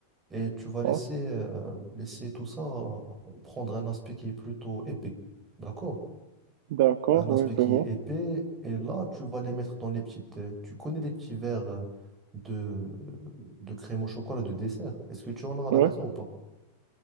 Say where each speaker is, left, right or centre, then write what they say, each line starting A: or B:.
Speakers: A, on the right; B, on the right.
A: Et tu vas laisser,
B: ouais.
A: euh, laisser tout ça euh, prendre un aspect qui est plutôt épais. D'accord?
B: D'accord,
A: Un
B: ouais,
A: aspect qui
B: je vois.
A: est épais. Et là, tu vas les mettre dans les petites. euh, Tu connais les petits verres euh, de, de crème au chocolat de dessert. Est-ce que tu en as à
B: Ouais.
A: la maison ou pas?